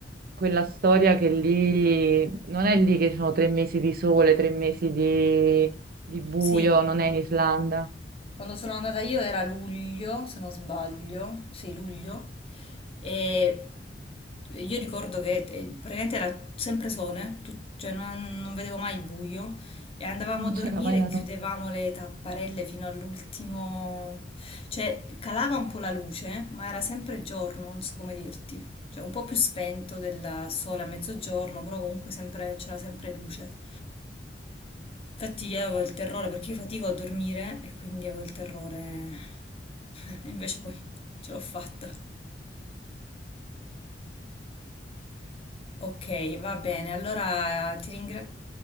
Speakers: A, on the right (about 55°); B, on the left (about 35°).
A: quella storia che lì non è lì che ci sono tre mesi di sole, tre mesi di, di buio,
B: Sì,
A: non è in Islanda,
B: Quando sono andata io era luglio, se non sbaglio, sì, luglio, e io ricordo che eh, praticamente era sempre sole, tu- cioè non, non vedevo mai il buio, e andavamo
A: non
B: a dormire
A: c'era mai la
B: e chiudevamo
A: notte.
B: le tapparelle fino all'ultimo, cioè calava un po' la luce, ma era sempre giorno, non so come dirti, cioè un po' più spento del sole a mezzogiorno, però comunque sempre- c'era sempre luce. Infatti io avevo il terrore perché io fatico a dormire e quindi avevo il terrore. <laughs> E invece poi ce l'ho fatta. Ok, va bene. Allora ti ringrazio.